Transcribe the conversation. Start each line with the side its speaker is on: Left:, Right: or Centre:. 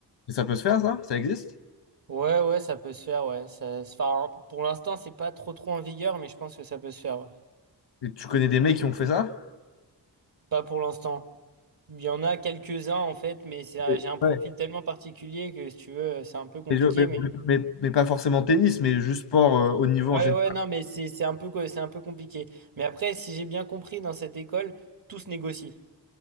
Left: Et ça peut se faire, ça? Ça existe?
Right: Ouais, ouais, ça peut se faire, ouais. Ça, enfin, pour l'instant, c'est pas trop trop en vigueur, mais je pense que ça peut se faire, ouais.
Left: Et tu connais des mecs qui ont fait ça?
Right: Pas pour l'instant. Il y en a quelques-uns, en fait, mais c'est, un-
Left: Et-
Right: j'ai un profil
Left: ouais.
Right: tellement particulier que, si tu veux, euh, c'est un peu compliqué,
Left: Et je- mais,
Right: mais...
Left: mais- mais pas forcément tennis, mais juste sport euh, haut niveau en
Right: Ouais,
Left: général.
Right: ouais, non, mais c'est c'est un peu, co- c'est un peu compliqué. Mais après, si j'ai bien compris, dans cette école, tout se négocie.